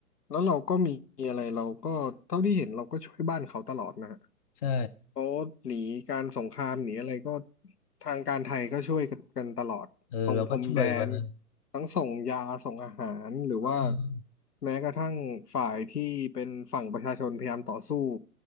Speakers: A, on the left; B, on the left.
A: แล้วเราก็มีอะไรเราก็เท่าที่เห็นเราก็ช่วยบ้านเขาตลอดนะฮะ
B: ใช่
A: เขาหนีการสงครามหนีอะไรก็ทางการไทยก็ช่วยกันตลอดตรงพรมแดน
B: เออเราก็ช่วยเขานะ
A: ทั้งส่งยาส่งอาหารหรือว่า
B: อืม
A: แม้กระทั่งฝ่ายที่เป็นฝั่งประชาชนพยายามต่อสู้